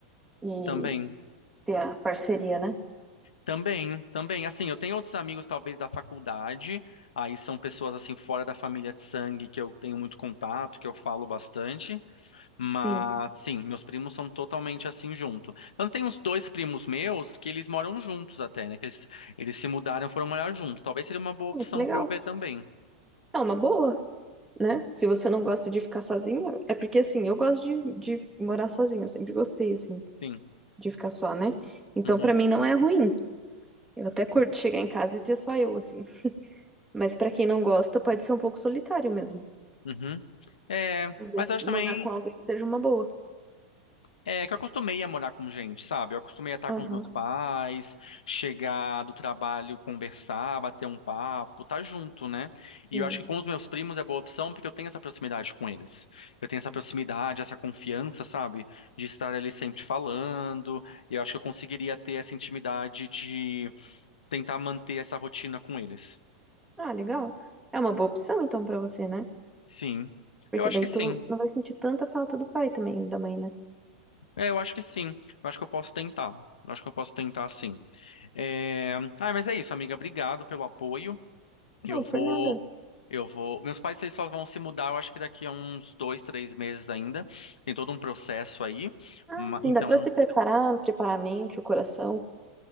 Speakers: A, in the centre; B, on the left.
A: e
B: também.
A: ter a parceria, né?
B: Também, também, assim, eu tenho outros amigos talvez da faculdade, aí são pessoas assim fora da família de sangue que eu tenho muito contato, que eu falo bastante, Mas
A: Sim.
B: sim, meus primos são totalmente assim junto. Eu tenho uns dois primos meus que eles moram juntos até, né? Que eles, eles se mudaram, foram morar juntos. Talvez seria uma boa
A: Pô,
B: opção
A: que legal.
B: para eu ver também.
A: É uma boa, né? Se você não gosta de ficar sozinha, é porque assim, eu gosto de, de morar sozinha, eu sempre gostei, assim,
B: Sim.
A: de ficar só, né? Então,
B: Uhum.
A: pra mim não é ruim. Eu até curto chegar em casa e ter só eu, assim. Mas pra quem não gosta, pode ser um pouco solitário mesmo.
B: Uhum. É,
A: Talvez
B: mas eu acho
A: morar
B: também.
A: com alguém seja uma boa.
B: É que eu acostumei a morar com gente, sabe? Eu acostumei a estar
A: Aham,
B: com os meus pais, chegar do trabalho, conversar, bater um papo, tá junto, né?
A: sim.
B: E eu acho que com os meus primos é boa opção porque eu tenho essa proximidade com eles. Eu tenho essa proximidade, essa confiança, sabe? De estar ali sempre falando. Eu acho que eu conseguiria ter essa intimidade de tentar manter essa rotina com eles.
A: Ah, legal. É uma boa opção então pra você, né?
B: Sim.
A: Porque
B: Eu acho
A: daí
B: que sim.
A: tu não vai sentir tanta falta do pai também, da mãe, né?
B: É, eu acho que sim. Eu acho que eu posso tentar. Eu acho que eu posso tentar sim. É, Ah, mas é isso, amiga. Obrigado pelo apoio. Eu
A: Não,
B: vou,
A: por nada.
B: eu vou. Meus pais eles só vão se mudar, eu acho que daqui a uns dois, três meses ainda. Tem todo um processo aí.
A: Ah,
B: Ma-
A: sim,
B: Então,
A: dá pra se preparar, preparar a mente, o coração.